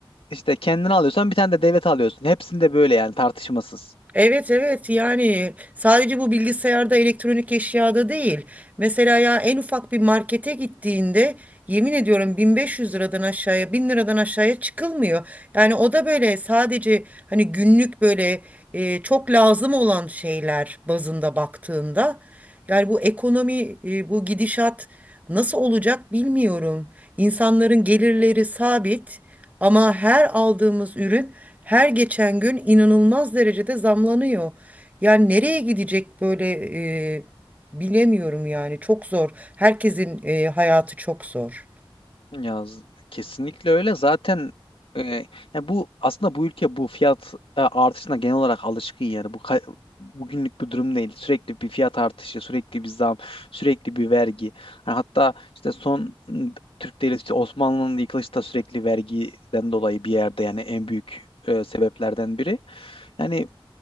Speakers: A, on the left; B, on the right.
A: işte kendini alıyorsan bir tane de devlet alıyorsun. Hepsinde böyle yani tartışmasız.
B: Evet evet yani sadece bu bilgisayarda elektronik eşyada değil. Mesela ya en ufak bir markete gittiğinde yemin ediyorum 1500 liradan aşağıya 1000 liradan aşağıya çıkılmıyor. Yani o da böyle sadece hani günlük böyle e, çok lazım olan şeyler bazında baktığında. Yani bu ekonomi e, bu gidişat nasıl olacak bilmiyorum. İnsanların gelirleri sabit. Ama her aldığımız ürün her geçen gün inanılmaz derecede zamlanıyor. Yani nereye gidecek böyle e, bilemiyorum yani çok zor. Herkesin e, hayatı çok zor.
A: Ya z- kesinlikle öyle. Zaten e, ya bu aslında bu ülke bu fiyat e, artışına genel olarak alışkın yani. Bu ka- bugünlük bir durum değil. Sürekli bir fiyat artışı, sürekli bir zam, sürekli bir vergi. Ha, hatta işte son m, Türk devleti işte Osmanlı'nın yıkılışı da sürekli vergiden dolayı bir yerde yani en büyük e, sebeplerden biri. Yani